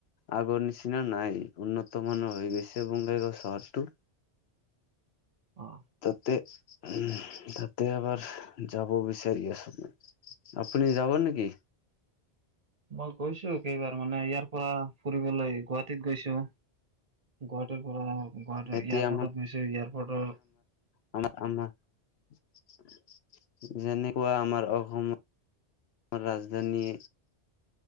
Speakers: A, on the left (about 70°); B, on the right (about 40°).
A: আগৰ নিচিনা নাই, উন্নত মানৰ হৈ গৈছে বঙগাইগাঁও চহৰটো।
B: অ
A: তাতে উম, তাতে এবাৰ যাব বিচাৰি আছো। আপুনি যাব নেকি?
B: মই গৈছো কেইবাৰ মানে ইয়াৰ পৰা ফুৰিবলৈ গুৱাহাটীত গৈছো। গুৱাহাটীৰ পৰা গুৱাহাটীৰ
A: এতিয়া
B: এয়াৰপৰ্টত গৈছে, এয়াৰপৰ্টত
A: আ আমা <unintelligible> যেনেকুৱা আমাৰ অসমৰ ৰাজধানী